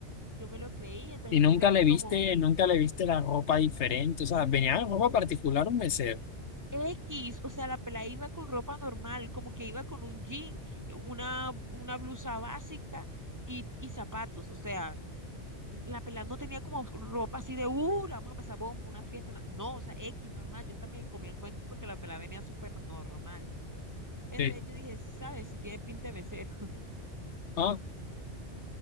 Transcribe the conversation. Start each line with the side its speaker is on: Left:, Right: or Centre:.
Right: yo me lo creí, entonces
Left: Y nunca
Right: yo le di
Left: le
Right: como
Left: viste, nunca le viste la ropa diferente. O sea, venía en ropa particular un mesero.
Right: X, o sea, la pelada iba con ropa normal, como que iba con un jean, una, una blusa básica y, y zapatos, o sea, la pelada no tenía como ropa así de, uh, la vamos a pasar bomba, una fiesta, una-". no, o sea, X normal, yo hasta me comí el cuento porque la pelada venía súper normal. Entonces
Left: sí
Right: yo dije, ¿sabes? Si tiene pinta de mesera.
Left: Ah,